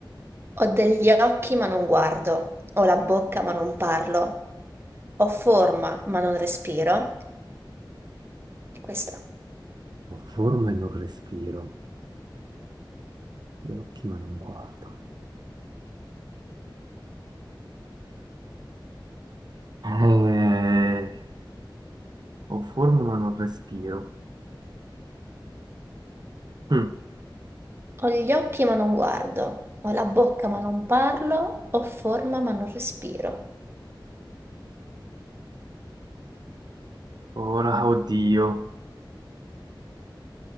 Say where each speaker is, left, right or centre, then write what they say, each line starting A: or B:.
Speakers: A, on the right (about 30°); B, on the right (about 55°).
A: Ho degli occhi ma non guardo, ho la bocca ma non parlo, ho forma ma non respiro. E questa.
B: Ho forma e non respiro, gli occhi ma non guardo. Eh, ho forma ma non respiro. Hm,
A: Ho gli occhi ma non guardo, ho la bocca ma non parlo, ho forma ma non respiro.
B: Ora, oddio,